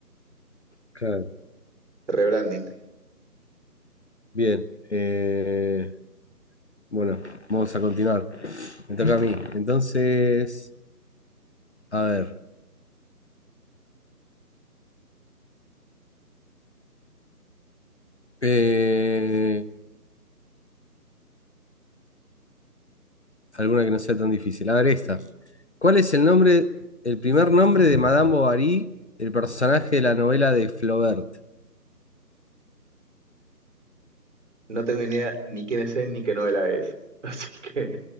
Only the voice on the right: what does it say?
Rebranding.
No tengo ni idea ni quién es él ni qué novela es. <laughs> Así que